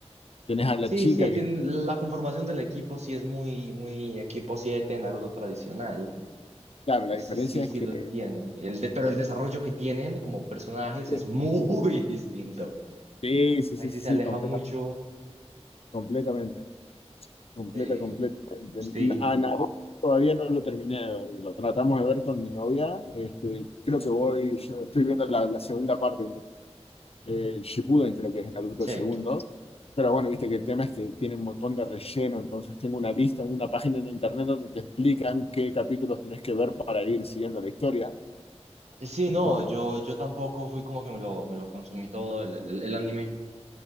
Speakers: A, on the left; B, on the right.
A: Tenés a la
B: sí,
A: chica
B: sí, tiene,
A: que...
B: la conformación del equipo sí es muy, muy equipo 7 Naruto tradicional,
A: Claro, la
B: ese
A: diferencia
B: sí, sí
A: es que...
B: lo tiene, el de, pero el desarrollo que tienen como personajes
A: Sí,
B: es muy <laughs> distinto.
A: sí, sí, sí,
B: Ahí sí
A: sí,
B: se aleja
A: completa-
B: mucho
A: completamente. Completa,
B: de,
A: completamente.
B: sí,
A: A Naruto todavía no lo terminé de ver. Lo tratamos de ver con mi novia. Este, creo que voy, yo estoy viendo la, la segunda parte, ¿no? Eh, Shippuden creo que es Naruto
B: sí.
A: el segundo. Pero bueno, viste que el tema es que tiene un montón de relleno, entonces tengo una lista, una página en internet donde te explican qué capítulos tenés que ver para ir siguiendo la historia.
B: Sí, no,
A: Porque
B: yo, yo tampoco fui como que me lo, me lo consumí todo el, el- el anime.